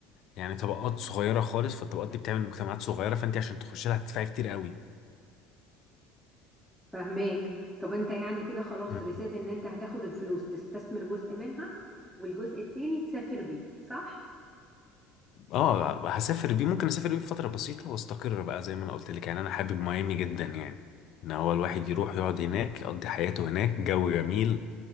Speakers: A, on the left; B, in the centre.
A: يعني طبقات صغيرة خالص فالطبقات دي بتعمل مجتمعات صغيرة فانت عشان تخش لها هتدفعي كتير قوي
B: فاهماك طب انت يعني كده خلاص
A: مم.
B: رسيت ان انت هتاخد الفلوس تستثمر جزء منها والجزء التاني تسافر بيه صح
A: اه هسافر بيه ممكن اسافر بيه فترة بسيطة واستقر بقى زي ما انا قلت لك يعني انا حابب ميامي جدا يعني ان هو الواحد يروح يقعد هناك يقضي حياته هناك جو جميل